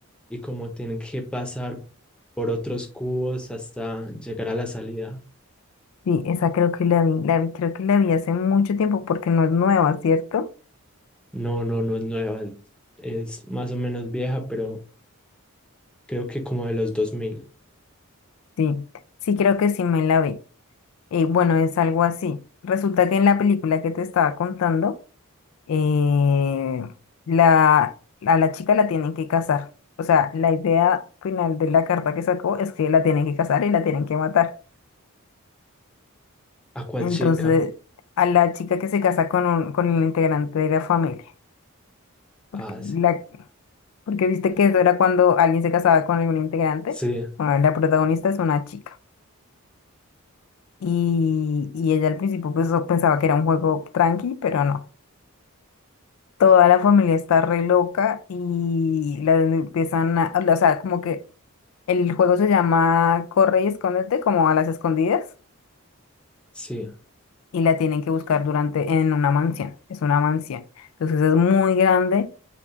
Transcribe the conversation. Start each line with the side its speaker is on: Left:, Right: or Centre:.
Centre: y como tienen que pasar por otros cubos hasta llegar a la salida.
Left: Sí, esa creo que la vi, la vi, creo que la vi hace mucho tiempo porque no es nueva, ¿cierto?
Centre: No, no, no es nueva, es más o menos vieja, pero creo que como de los dos mil
Left: Sí, sí creo que sí me la vi. Eh, bueno, es algo así. Resulta que en la película que te estaba contando, eh, la, a la chica la tienen que casar. O sea, la idea final de la carta que sacó es que la tienen que casar y la tienen que matar.
Centre: ¿A cuál
Left: Entonces,
Centre: chica?
Left: a la chica que se casa con un, con el integrante de la familia, porque
Centre: Ah, sí.
Left: la, porque viste que eso era cuando alguien se casaba con algún integrante.
Centre: Sí,
Left: Bueno, la protagonista es una chica. Y, y ella al principio pues, so- pensaba que era un juego tranqui, pero no. Toda la familia está re loca y la empiezan a, o sea, como que el juego se llama Corre y escóndete, como a las escondidas,
Centre: sí.
Left: y la tienen que buscar durante, en una mansión. Es una mansión. Entonces es muy grande